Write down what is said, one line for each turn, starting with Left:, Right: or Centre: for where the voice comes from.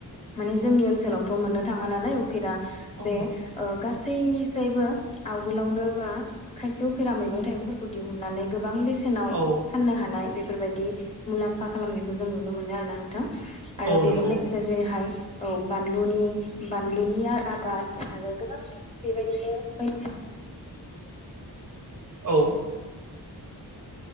Left: माने जोंनि ओनसोलावथ' मोननो थाङा नालाय उफेरा
Right: औ
Left: बे ओ गासैनिसायबो आवगोलावनो बा खायसे उफेरा मैगं थाइगंफोरखौ दिहुननानै गोबां बेसे नाव
Right: औ
Left: फाननो हानाय बेफोरबायदि मुलाम्फा खालामनायखौ जों नुनो मोनो आरोना नोंथां। आरो
Right: औ
Left: बेजों
Right: नंगौ
Left: लोगोसे जेरैहाय औ बानलुनि बानलुनिया आबाद आरो गोबां बेबायदिनो बायदिसिना
Right: औ